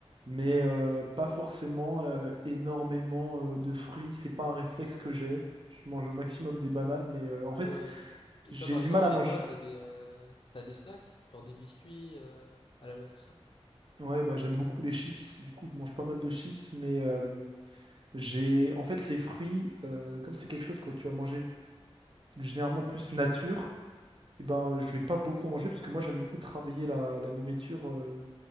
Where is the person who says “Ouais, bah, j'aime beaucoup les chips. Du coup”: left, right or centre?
Right